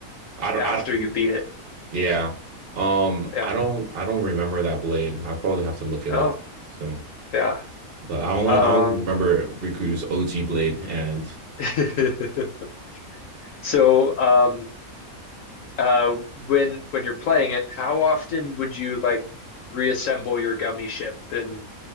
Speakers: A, on the right (about 55°); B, on the left (about 70°).
A: I don't,
B: after
A: I don't,
B: you beat it.
A: yeah. Um,
B: Yeah.
A: I don't, I don't remember that blade. I probably have to look it
B: Oh,
A: up soon.
B: yeah.
A: But I only,
B: Um
A: I only remember Riku's OG blade, and
B: <laughs> so um uh when when you're playing it, how often would you like reassemble your gummy ship and